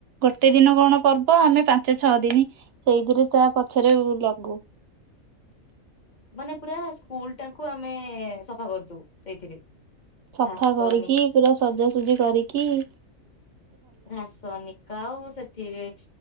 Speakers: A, on the right; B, on the left.
A: ଗୋଟେ ଦିନ କଣ ପର୍ବ ଆମେ ପାଞ୍ଚ ପାଞ୍ଚ ଛଅ ଦିନ ସେଇଥିରେ ତା ପଛରେ ଲାଗୁ
B: ମାନେ ପୁରା ସ୍କୁଲ ଟାକୁ ଆମେ ସଫା କରିଦଉ ସେଇଥିରେ
A: ସଫା
B: ଘାସ
A: କରିକି
B: ନି
A: ପୁରା ସଜାସଜି କରିକି କି
B: ଘାସ ନିକା ଆଉ ସେଥିରେ